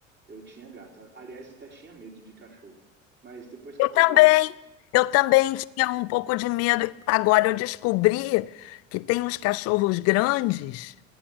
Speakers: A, on the right; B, on the left.
A: Eu tinha gato. Aliás, até tinha medo de cachorro. Mas depois que
B: Eu
A: eu peguei
B: também,
A: esse.
B: eu também tinha um pouco de medo. Agora eu descobri que tem uns cachorros grandes